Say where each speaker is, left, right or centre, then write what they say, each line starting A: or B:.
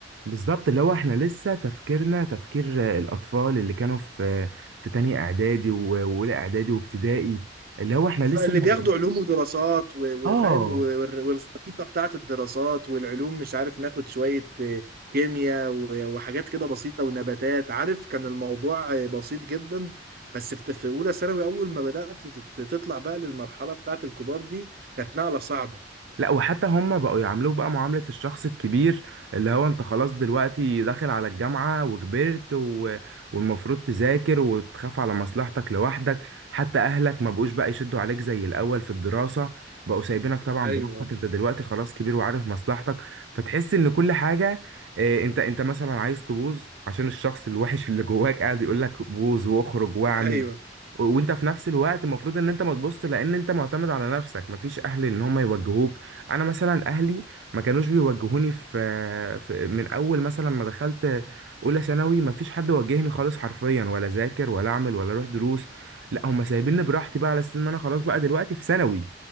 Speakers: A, on the right; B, on the right.
A: بالظبط اللي هو احنا لسه تفكيرنا تفكير آه، الأطفال اللي كانوا في في تانية إعدادي و- وأولى إعدادي وابتدائي اللي هو احنا لسه
B: اللي
A: ما-
B: بياخدوا علوم ودراسات و-
A: اه
B: وفاهم و- وال- والخريطه بتاعت الدراسات والعلوم مش عارف ناخد شويه آه، كيمياء و- وحاجات كده بسيطه ونباتات عارف كان الموضوع آه، بسيط جدا بس في في اولى ثانوي اول ما بدات تت- تطلع بقى للمرحله بتاعت الكبار دي كانت نقله صعبه
A: لا وحتى هم بقوا يعاملوك بقى معاملة الشخص الكبير اللي هو انت خلاص دلوقتي داخل على الجامعة وكبرت و... والمفروض تذاكر وتخاف على مصلحتك لوحدك حتى اهلك ما بقوش بقى يشدوا عليك زي الاول في الدراسة بقوا سايبينك طبعا
B: ايوه
A: براحتك انت دلوقتي خلاص كبير وعارف مصلحتك فتحس ان كل حاجة اه انت انت مثلا عايز تبوظ عشان الشخص الوحش اللي جواك قاعد يقولك بوظ واخرج واعمل
B: ايوه
A: و- وانت في نفس الوقت المفروض ان انت ما تبص لان انت معتمد على نفسك مفيش اهل ان هم يوجهوك انا مثلا اهلي ما كانوش بيوجهوني في, في من اول مثلا ما دخلت اولى ثانوي مفيش حد وجهني خالص حرفيا ولا ذاكر ولا اعمل ولا اروح دروس لا هم سايبيني براحتي بقى على اساس ان انا خلاص بقى دلوقتي في ثانوي